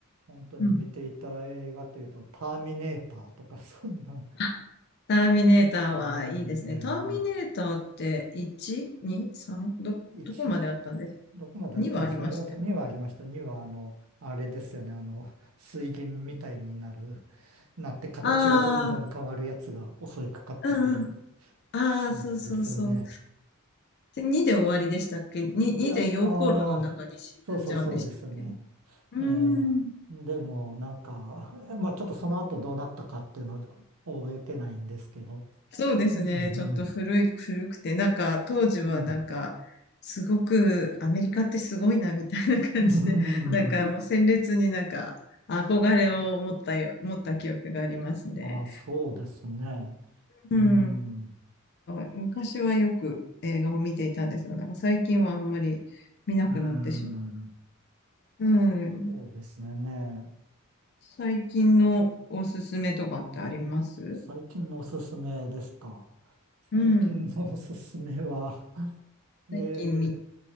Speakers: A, on the right; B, on the left.
A: 本当に見ていた映画というと、
B: うん。
A: ターミネーターとか、<laughs> そんな、
B: あターミネーターはいいですね。
A: うん、ええね、
B: ターミネーターって1、2、3、ど、
A: 一
B: どこまであったんです
A: どこまでだったんですね。
B: にはありましたよね。
A: また2はありました。2は、あの、あれですよね。あの、水銀みたいになる、なって形がどんどん変わるやつが襲いかかってくる
B: ああ、うんうん。ああ、
A: やつですよね。
B: そうそうそう。で、2で終わりでしたっけ ?2、2で溶鉱炉の中に沈んじゃうんでしたっけう
A: いや、ああ、そうそうそうですよね。
B: ーん。
A: ええでも、なんか、えまあちょっとその後どうなったかっていうのを覚えてないんですけど、
B: そうですね。
A: うん、
B: ちょっと古い、
A: うん、
B: 古くて、なんか当時はなんか、
A: うん。
B: すごくアメリカってすごいなみたいな感じで、
A: うん
B: なんかもう鮮烈になんか憧れを持ったよ、持った記憶がありますね。
A: あ、そうですね。
B: うん。
A: うん、
B: なんか昔はよく映画を見ていたんですが、なんか最近はあんまり見なくなってしま
A: うん。
B: う。うん。
A: そうですね。ね。
B: 最近のおすすめとかってあります
A: 最近のおすすめですか。最近のおすすめは、
B: うん。
A: <laughs> えー、
B: 最近見、